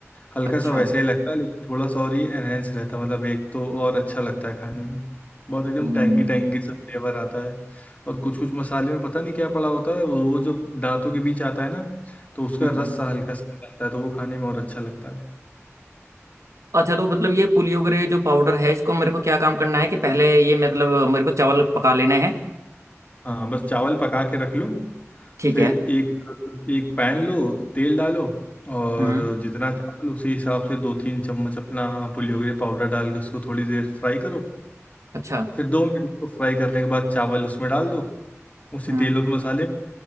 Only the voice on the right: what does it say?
अच्छा
हम्म
हम्म हम्म।
अच्छा तो मतलब ये पुलियो ग्रे जो पाउडर है इसको मेरे को क्या काम करना है कि पहले ये मतलब मेरे को चावल पका लेने हैं
ठीक
है
हम्म
अच्छा
हम्म